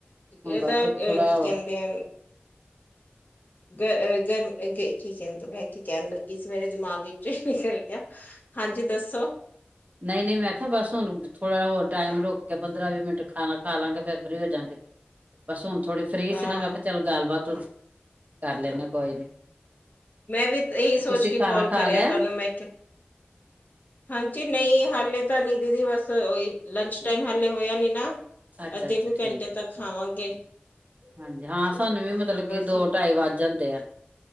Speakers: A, on the left; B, on the right.
A: ਇਹਦਾ
B: ਹੁਣ ਬਸ
A: ਅਹ,
B: ਥੋੜਾ
A: ਕੀ ਕਹਿੰਦੇ ਗਰਮ ਕ ਬੈਖੀ ਕਹਿਣ ਲੱਗੀ ਸੀ ਮੇਰੇ ਦਿਮਾਗ ਵਿੱਚ ਨਿਕਲ ਗਿਆ ਹਾਂਜੀ ਦੱਸੋ
B: ਨਹੀਂ ਨਹੀਂ ਮੈਂ ਆਖਿਆ ਬਸ ਹੁਣ ਥੋੜਾ ਜ ਹੋਰ ਟਾਈਮ ਰੋ ਕੇ ਪੰਦਰਾਂ ਵੀਹ ਮਿੰਟ ਖਾਣਾ ਖਾ ਲਵਾਂਗੇ ਫੇਰ ਫਰੀ ਹੋ ਜਾਂਗੇ ਬਸ ਹੁਣ ਥੋੜੀ ਫਰੀ
A: ਹਾਂ
B: ਸੀ ਨਾ ਮੈਂ ਕਿਹਾ ਚੱਲ ਗੱਲ ਬਾਾਤ ਕਰ ਲੈਂਦੇ ਕੋਈ ਨੀ
A: ਮੈਂ ਵੀ ਇਹੀ ਸੋਚ
B: ਤੁਸੀਂ
A: ਕੇ
B: ਖਾਣਾ
A: ਕਾਲ
B: ਖਾ
A: ਕਰਿਆ
B: ਲਿਆ
A: ਤੁਹਾਨੂੰ ਮੈਂ ਹਾਂਜੀ ਨਹੀਂ ਹਾਲੇ ਨੀ ਦੀਦੀ ਬਸ ਉਹੀ ਲੰਚ ਟਾਈਮ ਹਾਲੇ ਹੋਇਆ ਨੀ ਨਾ
B: ਅੱਛਾ
A: ਅੱਧੇ
B: ਅੱਛਾ
A: ਕੁ
B: ਠੀਕ
A: ਘੰਟੇ
B: ਹੈ
A: ਤੱਕ ਖਾਵਾਂਗੇ
B: ਹਾਂਜੀ ਹਾਂ ਸਾਨੂੰ ਵੀ ਮਤਲਬ
A: ਬਸ
B: ਕਿ ਦੋ ਢਾਈ ਵੱਜ ਜਾਂਦੇ ਆ